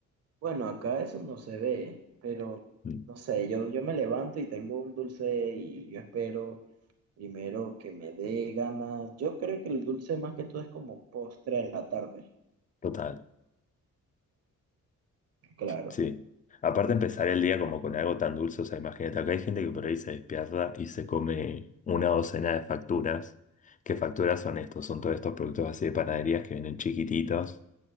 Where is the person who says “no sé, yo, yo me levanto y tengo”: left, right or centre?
Right